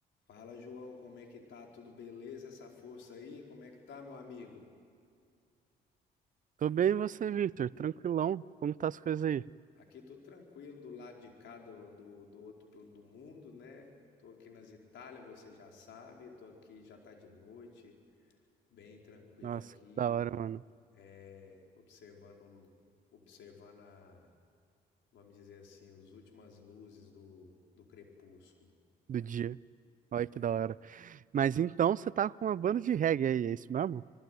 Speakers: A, on the left; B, on the right.
A: Fala, João, como é que tá? Tudo beleza? Essa força aí? Como é que tá, meu amigo?
B: Tô bem, e você, Victor? Tranquilão? Como tá as coisas aí?
A: Aqui tô tranquilo, do lado de cá do, do, do outro pro- do mundo, né? Tô aqui nas Itália, você já sabe, tô aqui, já tá de noite, bem tranquilo
B: Nossa,
A: aqui,
B: que da hora, mano.
A: é, observando, observando a, vamos dizer assim, as últimas luzes do, do crepúsculo.
B: Do dia. Olha que
A: É,
B: da hora. Mas então você tá com uma banda de reggae aí, é isso mesmo?